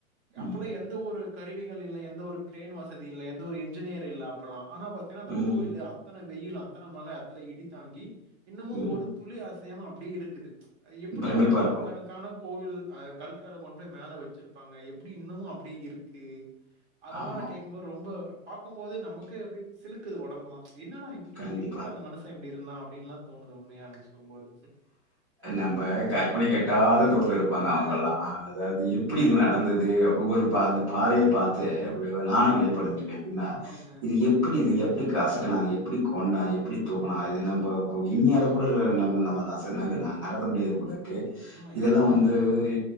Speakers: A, on the right; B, on the right.
A: ம்,
B: அப்பல்லா எந்த ஒரு கருவிகள் இல்ல எந்த ஒரு கிரேன் வசதி இல்ல எந்த ஒரு இன்ஜினியர் இல்ல அப்பல்லா ஆனா பாத்தீனா அந்த
A: ம்,
B: கோவிலு அத்தன வெயிலு அத்தன மழ அத்தல இடி தாங்கி இன்னமு
A: ம்.
B: ஒரு துளி அசையமா அப்டியே இருக்குது எப்புடி
A: பிரமிப்பா
B: அவ்ளோ டன்
A: இருக்கும்.
B: கணக்கான கோவில் அ கல்கள கொண்டு போய் மேல வெச்சிருப்பாங்க எப்டி இன்னமு அப்டியே இருக்கு அதெல்லா
A: ஆமா.
B: கேட்கும் போது ரொம்ப பாக்கும் போது நமக்கு அப்டி சிலுக்குது ஒடம்பெல்லா என்னடா இது அப்டி
A: கண்டிப்பா.
B: எப்புட்றா இந்த மனுச இப்டி இருந்த அப்டின்லா தோணுது உண்மையா எனக்கு சொல்லும்போது.
A: நம்ப கற்பனைக்கு எட்டாத தூரத்துல இருப்பாங்க அவுங்கல்லா
B: ஆ,
A: அ அதாது எப்புடி இது நடந்தது அப்போ ஒரு அந்த பாறைய பாத் இத இப்ப இப்ப நானு
B: அ,
A: வியப்டைஞ்சிருக்க எப்டின்னா
B: அ, அ.
A: இது எப் எப்புடி இது எப்புடி கசக்கனா எப்புடி கொண்டா எப்புடி தூக்கனா இது நம்போ இம்மி அளவு கூட நம்ம நம்ம அந்த நச நக நகத்த முடியாது போல இருக்கு
B: உண்மையா?
A: இதெல்லா
B: ம்.
A: வந்து இ